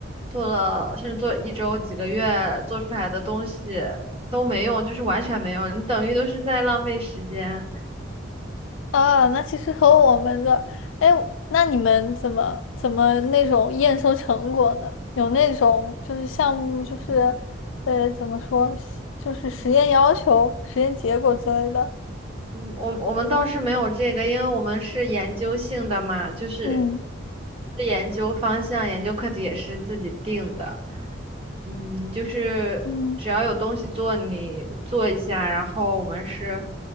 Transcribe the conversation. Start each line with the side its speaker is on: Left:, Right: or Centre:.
Right: 做了甚至做一周、几个月，做出来的东西都没用，就是完全没用，你等于都是在浪费时间。
Left: 啊，那其实和我们的，哎，那你们怎么怎么那种验收成果呢？有那种就是项目就是，呃，怎么说，就是实验要求、实验结果之类的。
Right: 我我们倒是没有这个，因为我们是研究性的嘛，就是
Left: 嗯。
Right: 是研究方向、研究课题也是自己定的。嗯，就是只要有东西做，
Left: 嗯。
Right: 你做一下。然后我们是